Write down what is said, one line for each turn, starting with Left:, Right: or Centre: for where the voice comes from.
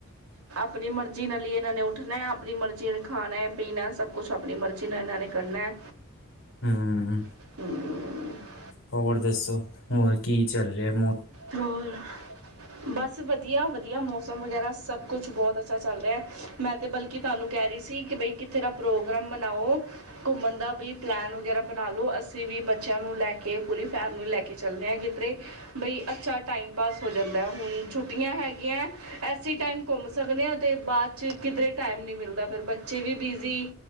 Right: ਆਪਣੀ ਮਰਜ਼ੀ ਨਾਲ ਹੀ ਇਹਨਾਂ ਨੇ ਉੱਠਣਾ ਆਪਣੀ ਮਰਜ਼ੀ ਨੇ ਖਾਣਾ ਪੀਣਾ ਸਭ ਕੁਛ ਆਪਣੀ ਮਰਜ਼ੀ ਨਾਲ ਇਹਨਾਂ ਨੇ। ਕਰਨਾ।
Left: ਹੂੰ।
Right: ਹੂੰ।
Left: ਹੋਰ ਦੱਸੋ ਹੋਰ ਕੀ ਚੱਲ ਰਿਹਾ ਹੈ?
Right: ਹੋਰ ਬਸ ਵਧੀਆ ਵਧੀਆ ਮੌਸਮ ਵਗੈਰਾ ਸਭ ਕੁਛ ਬਹੁਤ ਅੱਛਾ ਚੱਲ ਰਿਹਾ ਹੈ ਮੈਂ। ਅਤੇ ਬਲਕਿ ਤੁਹਾਨੂੰ ਕਹਿ ਰਹੀ ਸੀ ਕਿ ਬਈ ਕਿੱਥੇ ਦਾ ਪ੍ਰੋਗਰਾਮ ਬਣਾਓ ਘੁੰਮਣ ਦਾ ਵੀ ਪਲੈਨ ਵਗੈਰਾ ਬਣਾ ਲਉ ਅਸੀਂ ਵੀ ਬੱਚਿਆਂ ਨੂੰ ਲੈ ਕੇ ਪੂਰੀ ਫੈਮਿਲੀ ਨੂੰ ਲੈ ਕੇ ਚੱਲਦੇ ਹਾਂ ਕਿਧਰੇ ਬਈ। ਅੱਛਾ ਟਾਈਮ ਪਾਸ ਹੋ ਜਾਂਦਾ ਹੁਣ ਛੁੱਟੀਆਂ ਹੈਗੀਆਂ ਐਸੀ ਟਾਈਮ ਘੁੰਮ ਸਕਦੇ ਹਾਂ ਅਤੇ ਬਾਅਦ 'ਚ ਕਿਧਰੇ ਟਾਈਮ ਨਹੀਂ ਮਿਲਦਾ ਫਿਰ ਬੱਚੇ ਵੀ ਬਿਜ਼ੀ।